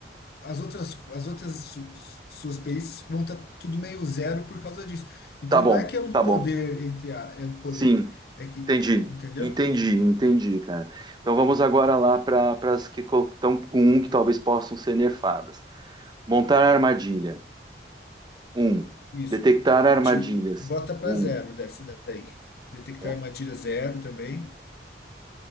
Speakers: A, on the left; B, on the right.
A: as outras, as outras su- suas perícias vão estar tudo meio zero por causa disso. Então
B: Tá bom,
A: não é que é um
B: tá bom.
A: poder entre a, é um poder,
B: Sim,
A: é que,
B: entendi.
A: entendeu?
B: Entendi, entendi, cara. Então vamos agora lá para as que estão com um que talvez possam ser nerfadas. Montar armadilha. Um.
A: Isso,
B: Detectar armadilhas.
A: te bota para
B: Um.
A: zero dessa daí. Detectar
B: Então,
A: armadilha zero também,